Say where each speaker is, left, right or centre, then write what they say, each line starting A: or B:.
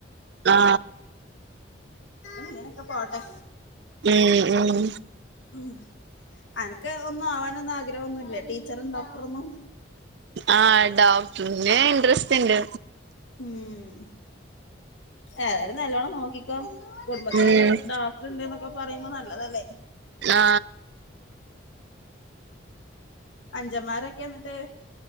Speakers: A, on the right; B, on the left.
A: ആ
B: അങ്ങനൊക്കെ പോട്ടെ
A: ഉം ഉം
B: ഉം അനക്ക് ഒന്നും ആവാനൊന്നും ആഗ്രഹം ഒന്നുല്ലേ ടീച്ചറും ഡോക്ടറൊന്നും
A: ആ ഡോക്ടറിന് ഇൻ്ററെസ്റ്റ് ഇണ്ട്
B: ഉം ഏതായാലും നല്ലോണം നോക്കിക്കോ കുടുംബത്തിലൊരു
A: ഉം
B: ഡോക്ടർ ഇണ്ട്ന്നൊക്കെ പറയുമ്പോ നല്ലതല്ലേ
A: ആ
B: അഞ്ചമ്മാരൊക്കെ എന്നിട്ട്